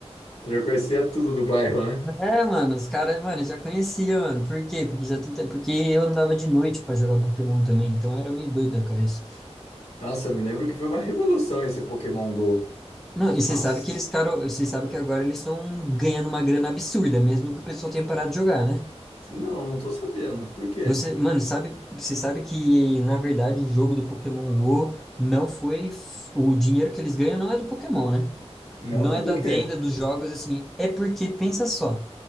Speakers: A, on the left; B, in the centre.
A: Já conhecia tudo do bairro, né?
B: É, mano, os caras, mano, eu já conhecia, mano. Por quê? Porque já tenta... porque eu andava de noite pra jogar Pokémon também, então era meio doido da cabeça.
A: Nossa, me lembro que foi uma revolução esse Pokémon Go.
B: Não, e você
A: Nossa,
B: sabe que eles, cara, você sabe que agora eles estão ganhando uma grana absurda, mesmo que o pessoal tenha parado de jogar, né?
A: não, não tô sabendo. Por quê?
B: Você, mano, sabe, você sabe que na verdade o jogo do Pokémon Go não foi f- o dinheiro que eles ganham não é do Pokémon, né?
A: Não
B: Não
A: é
B: é
A: do
B: da
A: quê?
B: venda dos jogos assim, é porque pensa só.